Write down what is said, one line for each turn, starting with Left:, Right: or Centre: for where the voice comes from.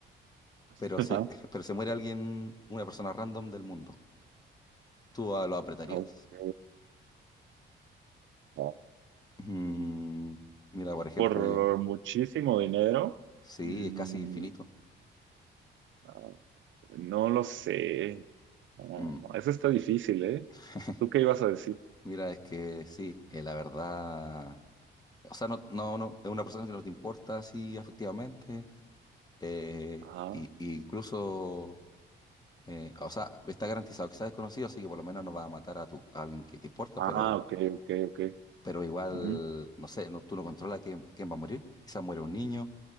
Right: <laughs>
Left: Pero
Right: ajá.
Left: se, <laughs> pero se muere alguien, una persona random del mundo. ¿Tú ah, lo apretarías?
Right: Ok. Ah.
Left: Mm, mira, por ejemplo,
Right: Por
Left: yo.
Right: muchísimo dinero.
Left: Sí,
Right: Mm,
Left: es casi infinito.
Right: ah, no lo sé. Ah,
Left: Mm,
Right: eso está difícil, ¿eh?
Left: <laughs>
Right: ¿Tú qué ibas a decir?
Left: Mira, es que sí, eh, la verdad. O sea, no, no, no, es una persona que no te importa así afectivamente. eh,
Right: Ah,
Left: y, y incluso, eh, o sea, está garantizado que sea desconocido, así que por lo menos no va a matar a, tu, a alguien que te importa, pero,
Right: ah, ok, ok, ok.
Left: pero igual,
Right: Ujú.
Left: no sé, no, tú no controlas quién, quién va a morir. Quizás muere un niño,